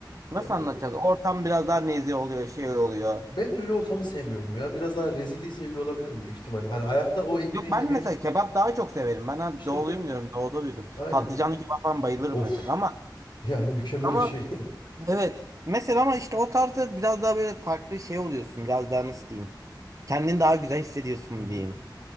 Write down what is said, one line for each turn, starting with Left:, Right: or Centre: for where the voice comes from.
Right: Nasıl
Left: Ya
Right: anlatacağız?
Left: bu
Right: Ortam biraz daha nezih oluyor şey oluyor.
Left: ben de öyle ortamı sevmiyorum ya. Biraz daha rezilliği seviyor olabilirim büyük ihtimalle. Hani ayakta o ekmeği
Right: Yok ben
Left: yemek
Right: mesela kebap daha çok severim. Ben abi
Left: işte
Right: doğuluyum
Left: heh,
Right: diyorum doğuda büyüdüm.
Left: aynen.
Right: Patlıcanlı kebap falan bayılırım
Left: Of
Right: mesela ama
Left: yani mükemmel
Right: ama
Left: bir şey. <laughs>
Right: Evet. Mesela ama işte o tarzda biraz daha böyle farklı şey oluyorsun. Biraz daha nasıl diyeyim. Kendini daha güzel hissediyorsun
Left: Hı
Right: mu
Left: hı.
Right: diyeyim.